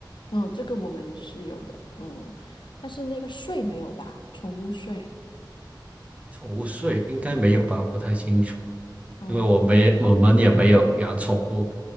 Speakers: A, on the left; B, on the right.
A: 嗯，这个我们是有的，嗯，但是那个税没有吧？宠物税。
B: 宠物税应该没有吧？不太清楚，
A: 哦，
B: 因为我没我们也没有养宠物。